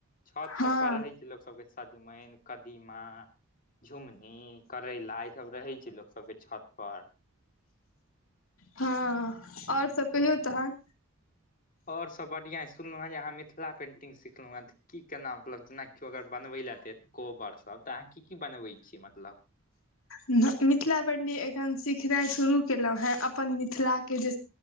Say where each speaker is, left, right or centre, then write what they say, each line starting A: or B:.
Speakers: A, on the left; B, on the left.
A: छत
B: हँ
A: सब पर रहै लोक सबके सजमनि कदीमा झुमनी करैला ई सब रहे छै लोक सब के छत पर
B: हँ आओर सब कहियौ तहन
A: और सब बढ़िया सुनलौ हँ जे आहाँ मिथिला पेंटिंग सिखलौंहा की केना मतलब जेनाकिओ अगर बनबै लए दे कोबरसभ तऽ अहाँ की की बनबै छियै मतलब
B: मिथिला पेन्टिंग एखन सिखनाइ शुरू केलहुँ हे अपन मिथिलाक के जे